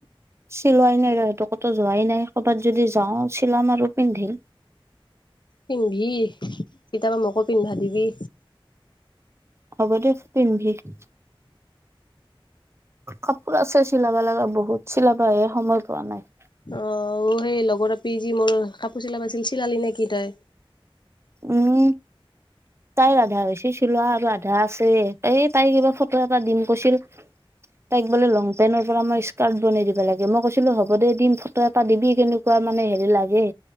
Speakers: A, on the right; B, on the left.
A: চিলোৱাই নাই ৰ সেইটো ক'তো যোৱাই নাই ক'বাত যদি যাওঁ ছিলাম আৰু পিন্ধিম।
B: পিন্ধি কেতিয়াবা মকো পিন্ধা দিবি।
A: হ'ব দিয়ক পিন্ধিবি। কাপোৰ আছে চিলাবা লগা বহুত চিলাবা হে সময় পোৱা নাই।
B: অ সেই লগৰপি যি মোৰ কাপোৰ চিলাব আছিল চিলালি নে কি তই?
A: উম তাইৰ আধা হৈছে চিলোৱা আৰু আধা আছে এই তাইক এইিবাৰ ফটো এটা দিম কৈছিল তাইক বোলে লং পেণ্টৰ পৰা মই স্কাৰ্ট বনাই দিবা লাগে মই কৈছিলো হ'ব দে দিম ফটো এটা দিবি কেনেকুৱা মানে হেৰি লাগে।